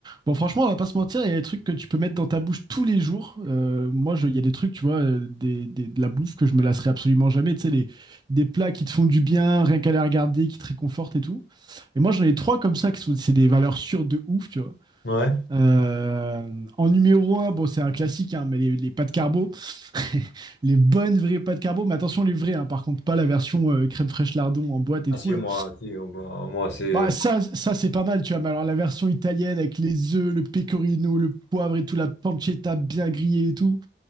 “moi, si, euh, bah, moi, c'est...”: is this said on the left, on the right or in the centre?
Left